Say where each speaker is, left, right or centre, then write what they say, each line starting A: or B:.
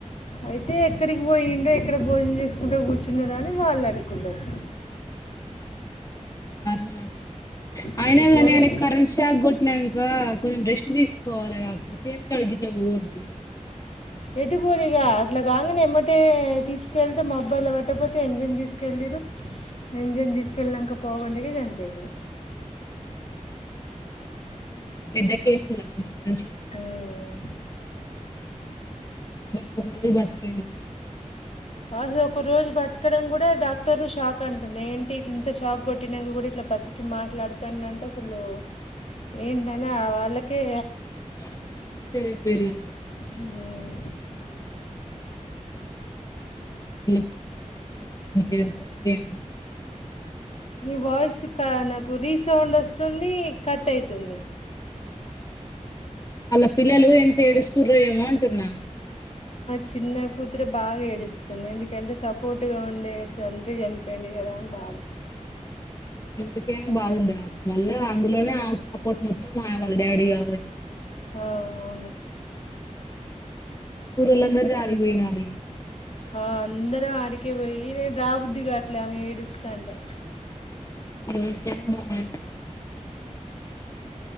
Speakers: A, on the left; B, on the left.
A: అయితే ఎక్కడికి పోయిండో ఎక్కడ భోజనం చేసుకుంటో కూర్చున్నడో అని వాళ్ళనుకున్నరు
B: దారుణం అసలు అయినా
A: అసలు
B: గానీ
A: ఘోరం
B: ఆయన కరెంట్ షాక్ కొట్నాంక కొన్ రెస్ట్ చ్చి తీసుకోవాలి కాకపో చేత్త గిట్లా పోవద్దు
A: ఎటు పోలిగా అట్లా కాంగనే ఎమ్మటే తీసుకెళ్తే మబ్ బ్బైల్లో పట్టకపోతే ఎం జి యం తీసుకెళ్లిరు ఎం జి ఎం తీసుకెళ్ళినంక పావు గంటకే చనిపోయిండిగ
B: పెద్ద కేసు <inaudible>
A: ఉమ్.
B: <inaudible>
A: అది ఒక రోజు బతకడం కూడ డాక్టర్ షాక్ అంటనే ఏంటి ఇంత షాక్ కొట్టి పుట్టినక కూడా ఇట్లా బతికి మాట్లాడుతాండంటే అసలు ఏంటని ఆ వాళ్ళకే
B: <inaudible>
A: మ్మ్.
B: మీ పిల్లలు ఎక్కడికెళ్తారో ఏమో
A: నీ వాయిస్ నాకు రీసౌండ్ వస్తుంది కట్ అయితు తుంది
B: వాళ్ళ పిల్లలు ఎంత ఏడుస్తుర్రో ఏమో అంటున్నా
A: చిన్న కూతురే బాగా ఏడుస్తుంది. ఎందుకంటే సపోర్ట్గా ఉండే తండ్రి చనిపోయిండు కదా అని బాధ
B: ఎవరికేనా బాధుండద వాళ్ళు అందులోనే ఆవు సపోర్ట్ మొత్తం ఆవ ళ్ళు డాడీ కాబట్టి
A: ఆ అవును
B: ఊరోళ్ళందరూ జాలిపోయినారిగ
A: ఆ అందరం ఆడికే పోయ్యి రే రాబుద్ది కాట్లే ఆమె ఏడుస్తాంటే
B: <inaudible>